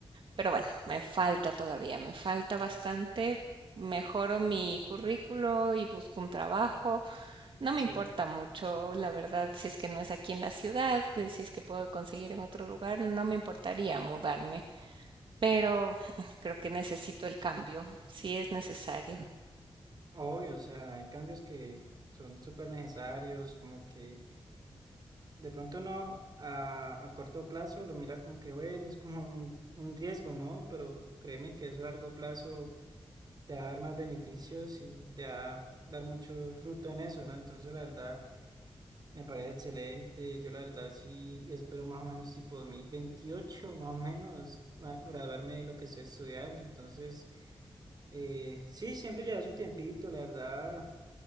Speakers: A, on the right; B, on the right.
A: pero bueno, me falta todavía, me falta bastante. Mejoro mi currículo y busco un trabajo. No
B: sí.
A: me importa mucho, la verdad, si es que no es aquí en la ciudad, eh, si es que puedo conseguir en otro lugar, no me importaría mudarme, pero creo que necesito el cambio, si es necesario.
B: Obvio, o sea, hay cambios que son súper necesarios, como que de pronto uno a, a corto plazo lo mira como que, bueno, es como un, un riesgo, ¿no? Pero créeme que eso a largo plazo te va a dar más beneficios y te va a dar mucho fruto en eso, ¿no? Entonces, la verdad, me parece excelente. Yo, la verdad, sí espero más o menos tipo 2028, más o menos, ma- graduarme de lo que estoy estudiando. Entonces, eh, sí, siempre lleva su tiempito, la verdad.